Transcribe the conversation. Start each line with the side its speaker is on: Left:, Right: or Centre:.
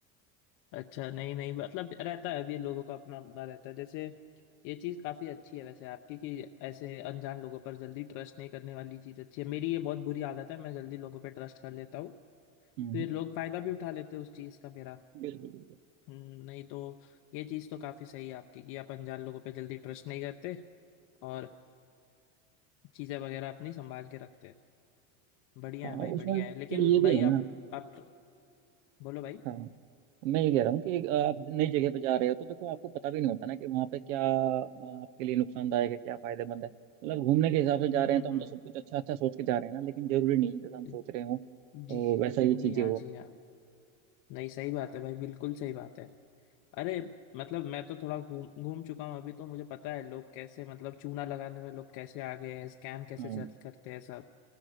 Left: अच्छा नहीं नहीं मतलब रहता है अभी लोगों का अपना अपना रहता है जैसे ये चीज़ काफ़ी अच्छी है वैसे आपकी कि ऐसे अनजान लोगों पर जल्दी ट्रस्ट नहीं करने वाली चीज़ अच्छी है मेरी ये बहुत बुरी आदत है मैं जल्दी लोगों पे ट्रस्ट कर लेता हूँ
Right: हम्म
Left: फिर
Right: हम्म,
Left: लोग फायदा भी उठा लेते हैं उस चीज़ का मेरा
Right: बिल्कुल बिल्कुल
Left: हम्म, नहीं तो ये चीज़ तो काफ़ी सही है आपकी कि आप अनजान लोगों पे जल्दी ट्रस्ट नहीं करते और चीज़ें वगैरह अपनी संभाल के रखते हैं बढ़िया
Right: हाँ
Left: है भाई बढ़िया
Right: उसमें
Left: है
Right: फिर
Left: लेकिन
Right: ये भी
Left: भाई
Right: है
Left: आप
Right: ना
Left: आप बोलो भाई
Right: हाँ मैं ये कह रहा हूँ कि अ, आप नई जगह पे जा रहे हो तो देखो आपको पता भी नहीं होता ना कि वहाँ पे क्या अ, आपके लिए नुकसानदायक है क्या फायदेमंद है मतलब घूमने के हिसाब से जा
Left: हम्म
Right: रहे
Left: हम्म
Right: हैं तो हम तो सब कुछ अच्छा अच्छा सोच के जा रहे हैं ना लेकिन जरूरी नहीं है जैसा हम सोच
Left: हम्म
Right: रहे हो तो
Left: जी
Right: वैसा ही चीजें
Left: जी हाँ जी हाँ नहीं सही बात है भाई बिल्कुल सही बात है अरे मतलब मैं तो थोड़ा घूम घूम चुका हूँ अभी तो मुझे पता है लोग कैसे मतलब चूना लगाने में लोग कैसे आ गए हैं स्कैम कैसे
Right: हो
Left: चल करते हैं सब